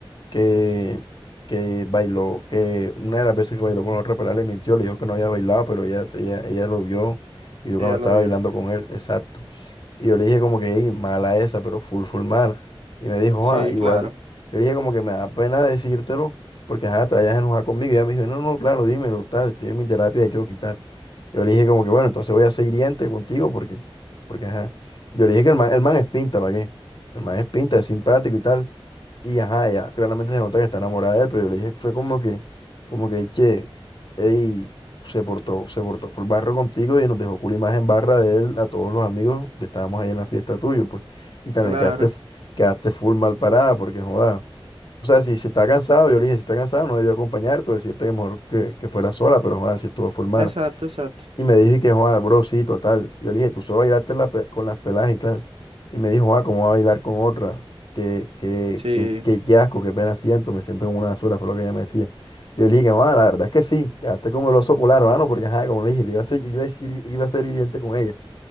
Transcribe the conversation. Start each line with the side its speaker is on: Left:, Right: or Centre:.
Left: que, que bailó, que una de las veces que bailó con la otra pelada le mintió, le dijo que no había bailado, pero ella, ella, ella lo vio y vio
Right: Ella
Left: cuando estaba
Right: lo vio.
Left: bailando con él, exacto. Y yo le dije como que, "Ey, mala esa, pero full, full mala. Y me dijo,
Right: Sí,
Left: ah, igual.
Right: claro,
Left: Yo le dije como que me da pena decírtelo porque, ajá, te vayas a enojar conmigo. Y ella me dijo, no, no, claro, dímelo, tal, estoy en mi terapia de choque y tal. Yo le dije como que, bueno, entonces voy a ser hiriente contigo porque, porque, ajá. Yo le dije que el man, el man es pinta, ¿para qué? El man es pinta, es simpático y tal. Y ajá, ella claramente se nota que está enamorada de él, pero yo le dije, fue como que, como que, che, ey, se portó, se portó, fue el barro contigo y nos dejó cool imagen barra de él a todos los amigos que estábamos ahí en la fiesta tuyo, pues. Y también
Right: claro.
Left: quedaste, f- quedaste full mal parada, porque joda. O sea, si, si está cansado, yo le dije, si está cansado, no debió acompañarte o decirte que mejor que, que fuera sola, pero joda, si estuvo full mal.
Right: Exacto, exacto.
Left: Y me dije que, Juan, bro, sí, total. Yo le dije, tú solo bailaste la pe- con las peladas y tal. Y me dijo, Juan, ¿cómo va a bailar con otra? Qué, qué,
Right: Sí.
Left: qué, qué, qué asco, qué pena siento, me siento como una basura, fue lo que ella me decía. Yo le dije, Juan, la verdad es que sí, quedaste como el oso polar, hermano, porque, ajá, como le dije, le iba a ser, iba a ser, iba a ser hiriente con ella.